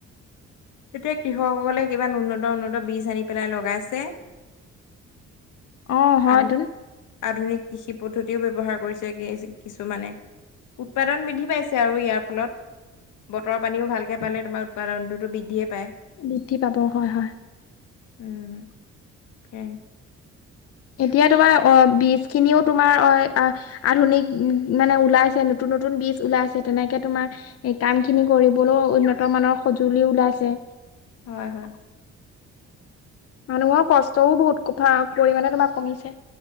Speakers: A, on the left; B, on the left.
A: এতিয়া কৃষকসকলে কিমান উন্নত, উন্নত বীজ আনি পেলাই লগাইছে।
B: অ, হয়তোন।
A: আধুনিক আধুনিক কৃষি পদ্ধতিও ব্যৱহাৰ কৰিছে, কি কিছুমানে। উৎপাদন বৃদ্ধি পাইছে আৰু ইয়াৰ ফলত। বতৰৰ পানীও ভালকে পালে, তোমাৰ উৎপাদনতোটো বৃদ্ধিয়ে পায়।
B: বৃদ্ধি পাব, হয়,, হয়।
A: উম, সেয়াই।
B: এতিয়া তোমাৰ অ, বীজ খিনিও তোমাৰ অ, আহ আধুনিক মানে ওলাইছে, নতুন, নতুন বীজ ওলাইছে, তেনেকে তোমাৰ এই কাম খিনি, কৰিবলৈও উন্নত মানৰ সজুলি ওলাইছে।
A: হয়, হয়।
B: মানুহৰ কষ্টও বহুত কুফা পৰিমাণে তোমাৰ কমিছে।